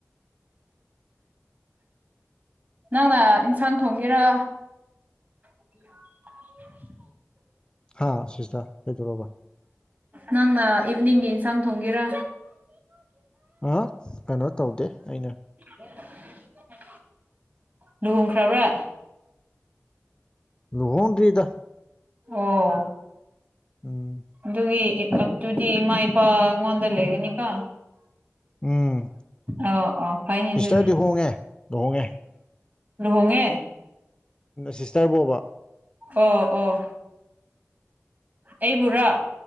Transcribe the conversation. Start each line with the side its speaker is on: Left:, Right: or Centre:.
Right: ꯅꯪꯅ ꯏꯟꯁꯥꯡ ꯊꯣꯡꯒꯦꯔ <unintelligible>
Left: ꯍꯥꯥ ꯁꯤꯁꯇ ꯀꯩꯗꯧꯔꯕ
Right: ꯅꯪꯅ ꯏꯚꯅꯤꯡꯒꯤ ꯌꯦꯟꯁꯥꯡ ꯊꯣꯡꯒꯦꯔꯥ
Left: ꯑꯥ ꯀꯩꯅꯣ ꯇꯧꯗꯦ ꯑꯩꯅ
Right: <unintelligible> ꯂꯨꯍꯣꯡꯈ꯭ꯔꯕ꯭ꯔ
Left: ꯂꯨꯍꯣꯡꯗꯔꯤꯗ
Right: ꯑꯣ
Left: ꯎꯝ
Right: ꯑꯗꯨꯒꯤ ꯑꯗꯨꯗꯤ ꯢꯃꯥ ꯢꯄꯥ ꯉꯣꯟꯗ ꯂꯩꯔꯅꯤꯀꯣ
Left: ꯎꯝ
Right: ꯑꯣ ꯑꯣ ꯐꯩꯅꯦ
Left: ꯁꯤꯁꯇꯔꯗꯤ
Right: ꯑꯗꯨꯗꯤ
Left: ꯍꯣꯡꯉꯦ ꯂꯨꯍꯣꯡꯉꯦ
Right: ꯂꯨꯍꯣꯡꯉꯦ
Left: ꯁꯤꯁꯇꯔꯕꯨꯕ
Right: ꯑꯣ ꯑꯣ ꯑꯩꯕꯨꯔꯥ